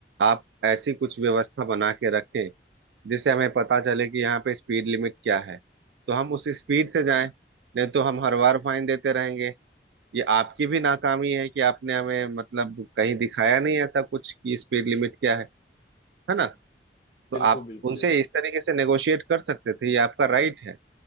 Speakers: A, on the right; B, on the left.
A: आप ऐसी कुछ व्यवस्था बना के रखें जिससे हमें पता चले कि यहाँ पे स्पीड लिमिट क्या है तो हम उस स्पीड से जाएं नहीं तो हम हर बार फाइन देते रहेंगे ये आपकी भी नाकामी है कि आपने हमें मतलब कहीं दिखाया नहीं ऐसा कुछ कि स्पीड लिमिट क्या है है ना तो
B: बिल्कुल
A: आप
B: बिल्कुल
A: उनसे
B: यार
A: इस तरीके से नेगोशिएट कर सकते थे ये आपका राइट है